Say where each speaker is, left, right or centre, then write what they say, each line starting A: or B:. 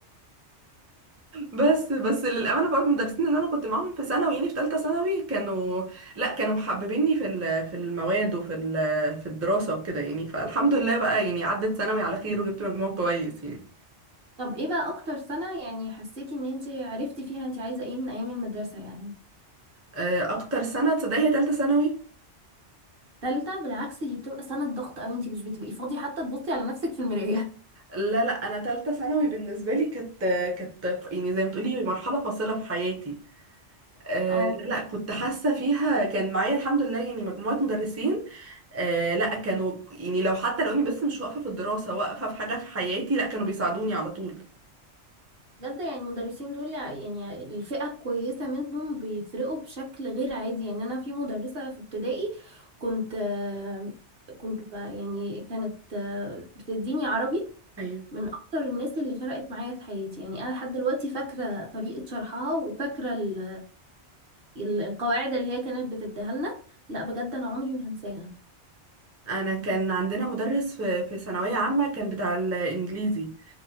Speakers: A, on the right (about 20°); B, on the right (about 55°).
A: بس بس للامانه برضه المدرسين اللي انا كنت معاهم في ثانوي يعني في ثالثه ثانوي كانوا لا كانوا محببيني في ال- في المواد وفي ال- في الدراسه وكده يعني فالحمد لله بقى يعني عدت ثانوي على خير وجبت مجموع كويس يعني
B: طب ايه بقى اكتر سنة يعني حسيتي ان انت عرفتي فيها انت عايزة ايه من ايام المدرسة يعني
A: آه، اكتر سنه تصدقي هي ثالثه ثانوي
B: تالتة بالعكس دي بتبقى سنة ضغط اوي انت مش بتبقي فاضية حتى تبصي على نفسك في المراية
A: لا لا انا ثالثه ثانوي بالنسبه لي كانت كانت يعني زي ما بتقولي مرحله فاصله في حياتي
B: <laughs>
A: آه،
B: اه
A: لا لا كنت حاسه فيها كان معايا الحمد لله يعني مجموعه مدرسين آه لا كانوا يعني لو حتى لو اني بس مش واقفة في الدراسة واقفة في حاجة في حياتي لا كانوا بيساعدوني على طول
B: بجد يعني المدرسين دول يعني الفئة الكويسة منهم بيفرقوا بشكل غير عادي يعني انا في مدرسة في ابتدائي كنت آه، كنت بقى يعني كانت آه، بتديني عربي
A: ايوه
B: من اكتر الناس اللي فرقت معايا في حياتي يعني انا لحد دلوقتي فاكرة طريقة شرحها وفاكرة ال ال- القواعد اللي هي كانت بتديها لنا لا بجد انا عمري ما هنساها
A: انا كان عندنا مدرس في في ثانويه عامه كان بتاع الانجليزي